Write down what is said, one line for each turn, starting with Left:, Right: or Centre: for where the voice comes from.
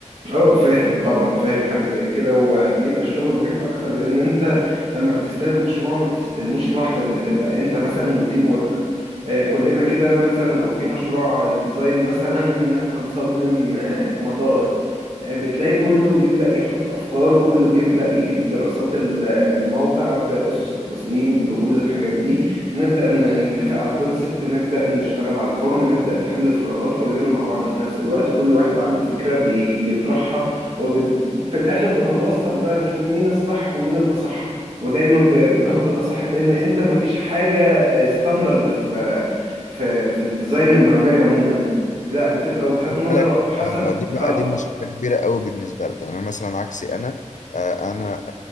Right: اه فاهم طبعا فاهم حاجه زي كده وبيبقى الشغل مريح اكتر لان انت اما بتستلم مشروع ما بتستلموش لوحدك بتبقى انت مثلا وتيم ورك آه، كلنا كده مثلا لو في مشروع ديزاين مثلا ان احنا هنصمم آه، مطار آه، بتلاقي كله بيبدأ يحط أفكاره كله بيبدأ يجيب دراسات ال- الموقع بأسس التصميم بكل الحاجات دي نبدأ ن- نتفق على الكونسبت نبدأ نشتغل على الفورم نبدأ نحل الفراغات كلنا مع بعض في نفس الوقت كل واحد عنده فكرة بي- بيطرحها وفي الآخر بنتوصل بقى نشوف مين الصح ومين الأصح ودايما ب- بناخد الأصح لأن أنت مفيش حاجة ستاندرد في في في الديزاين المعماري عموما لا بتبقى وجهات
Left: خد
Right: نظر
Left: بالك
Right: وعلى حسب
Left: آه، دي بقى
Right: اه
Left: دي مشكله كبيره قوي بالنسبه لكم يعني انا مثلا عكسي انا آه، انا